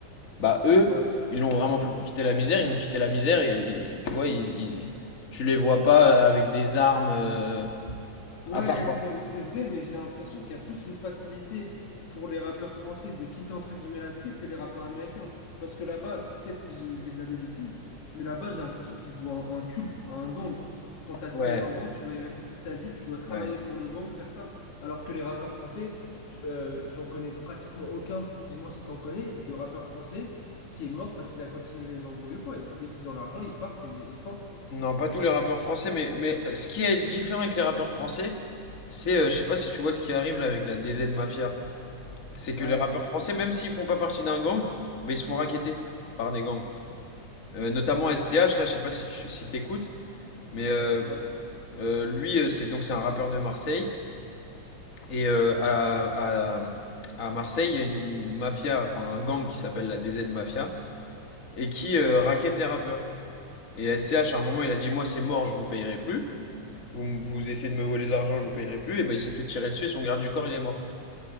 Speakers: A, on the left; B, on the left.
A: bah eux,
B: Ouais.
A: ils l'ont vraiment fait pour quitter la misère. Ils ont quitté la misère et ils- tu vois, ils, ils- tu les vois pas euh, avec des armes euh,
B: Ouais,
A: à part.
B: c'est c'est vrai, mais j'ai l'impression qu'il y a plus une facilité pour les rappeurs français de quitter entre guillemets la street que les rappeurs américains. Parce que là-bas, peut-être je je vais dire des bêtises, mais là-bas j'ai l'impression qu'ils vouent un, un culte à un gang. Quand t'as
A: Ouais,
B: signé dans le gang, tu dois y rester toute ta vie, tu dois travailler
A: ouais.
B: pour le gang, faire ça. Alors que les rappeurs français, tu- euh, j'en connais pratiquement aucun, dis-moi si t'en connais, de rappeurs français qui est mort parce qu'il a continué les embrouilles ou quoi. Et dès qu'ils ont l'argent, ils partent et, et fin.
A: Non, pas tous les rappeurs français, mais, mais euh, ce qui est différent avec les rappeurs français, c'est, euh, je sais pas si tu vois ce qui arrive là avec la DZ Mafia. C'est que
B: Ah
A: les rappeurs
B: euh,
A: français, même s'ils font pas partie d'un gang, bah, ils se font racketter par des gangs. Euh, notamment SCH, là, je sais pas si tu si t'écoutes. Mais euh,
B: ouais.
A: euh, lui, euh, c'est donc c'est un rappeur de Marseille. Et euh, à, à, à Marseille, il y a une mafia, enfin un gang qui s'appelle la DZ Mafia, et qui euh, raquette les rappeurs. Et S C H à un moment, il a dit, moi c'est mort, je vous payerai plus. Vous, vous essayez de me voler de l'argent, je vous payerai plus. Et ben il s'est fait tirer dessus, et son garde du corps, il est mort.